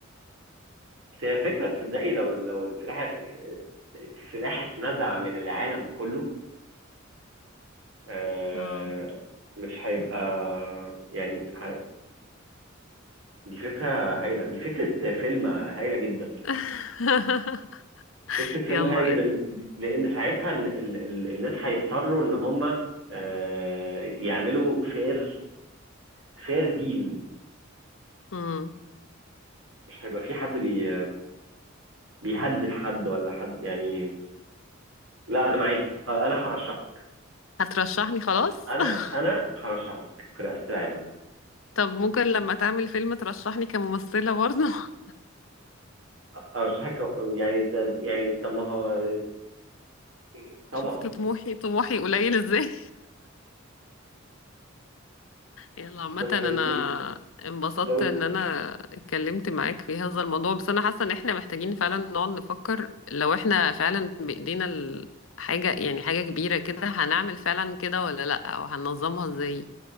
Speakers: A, on the right; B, on the left.
A: بس هي فكره تصدقي لو لو السلاح الس- السلاح اتنزع من العالم كله آه،
B: اه
A: مش هيبقى يعني ه- دي فكره هايله دي فكره فيلم هايله جدا
B: <laughs>
A: فكره فيلم
B: يلا
A: هايله جدا لان ساعتها ال- ال- الناس هيضطروا ان هم آه، يعملوا فير فير ديل
B: امم
A: مش هيبقى في حد بي... بيهدد حد ولا حد يعني لا انا معاكي خ- انا هرشحك
B: هترشحني خلاص
A: انا
B: <laughs>
A: انا هرشحك في رئاسة العالم
B: طب ممكن لما تعمل فيلم ترشحني كممثله برضه
A: أ- ارشحك يعني ده يعني طب ما هو أوكي،
B: <laughs>
A: طبعا
B: شفت طموحي طموحي قليل ازاي يلا عامة
A: بس
B: انا
A: تي-
B: انبسطت
A: لو
B: ان انا اتكلمت معاك في هذا الموضوع بس انا حاسة ان احنا محتاجين فعلا نقعد نفكر لو احنا فعلا بايدينا ال- حاجة يعني حاجة كبيرة كده هنعمل فعلا كده ولا لا او هننظمها ازاي